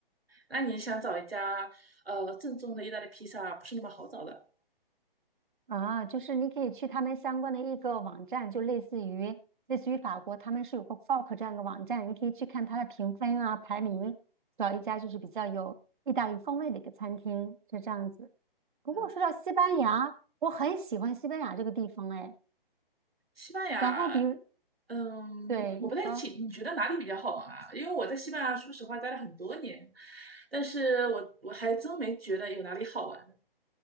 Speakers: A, on the right (about 85°); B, on the right (about 55°).
A: 那你想找一家呃正宗的意大利披萨，不是那么好找的。
B: 啊。就是你可以去他们相关的一个网站，就类似于类似于法国，他们是有个 Fork 这样的网站，你可以去看它的评分啊、排名，找一家就是比较有意大利风味的一个餐厅，是这样子。不过说到西班牙，
A: 嗯，
B: 我很喜欢西班牙这个地方，哎，
A: 西班牙，
B: 然后比如，
A: 嗯，
B: 对，你说。
A: 我不太清，你觉得哪里比较好玩啊？因为我在西班牙，说实话待了很多年，但是我我还真没觉得有哪里好玩。